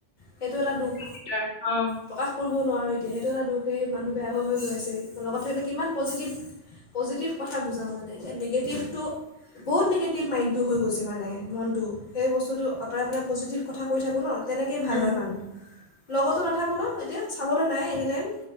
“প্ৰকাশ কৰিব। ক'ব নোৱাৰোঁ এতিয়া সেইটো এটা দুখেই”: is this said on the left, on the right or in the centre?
Left